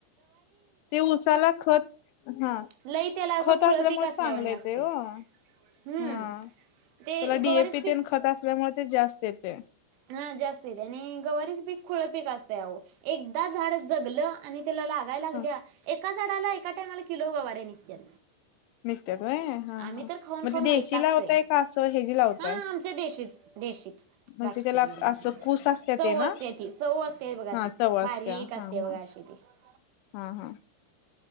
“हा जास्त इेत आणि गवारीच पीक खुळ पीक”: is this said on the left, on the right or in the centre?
Right